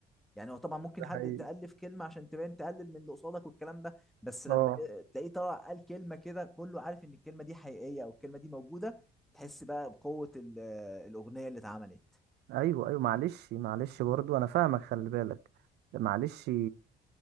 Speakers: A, in the centre; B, on the right.
A: يعني هو طبعا ممكن
B: ده
A: حد
B: حقيقي
A: تألف كلمة عشان تبان تقلل من اللي قصادك والكلام ده بس لما
B: اه
A: تلاقيه طلع قال كلمة كده كله عارف ان الكلمة دي حقيقية او الكلمة دي موجودة تحس بقى بقوة ال- الأغنية اللي اتعملت
B: ايوه ايوه معلش معلش برضو انا فاهمك خلي بالك معلش